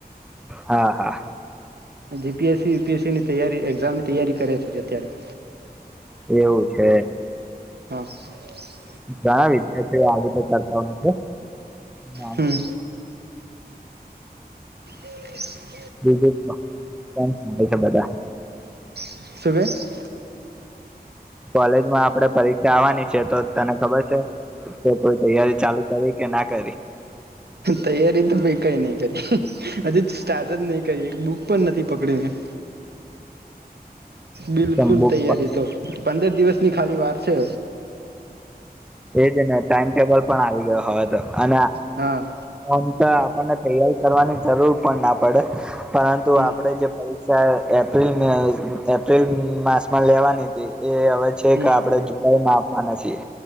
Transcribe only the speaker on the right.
G P S C, U P S સીની તૈયારી એક્ઝામની તૈયારી કરે છે જ અત્યારે.
<unintelligible>
હમ <unintelligible>
સુ કેસ?
તૈયારી તો મેં કઈ નઇ કરી હજી સ્ટાર્ટ જ નહી કરી, એક બુક પણ નથી પકડી મેં. બિલકુલ
તૈયારી તો. પંદર દિવસની ખાલી વાર છે.
હા
હમ
હમ